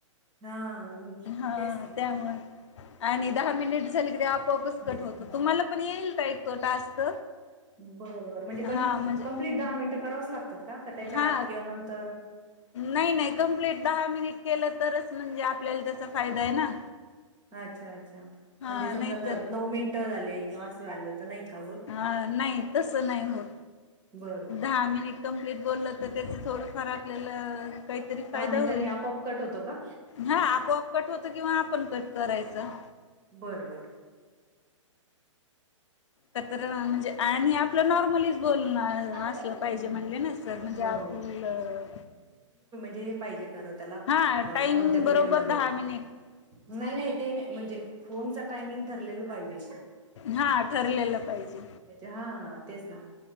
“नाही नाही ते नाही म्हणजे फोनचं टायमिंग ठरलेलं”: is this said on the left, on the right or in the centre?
Right